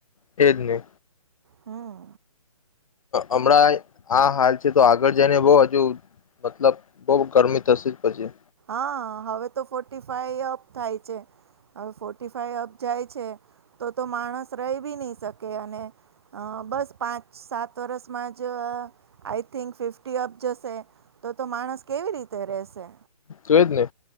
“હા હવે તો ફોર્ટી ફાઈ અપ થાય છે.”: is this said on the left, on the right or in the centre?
Right